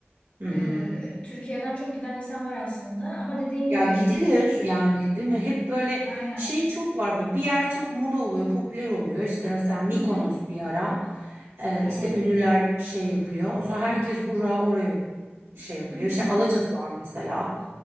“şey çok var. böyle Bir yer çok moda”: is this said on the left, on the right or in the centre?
Right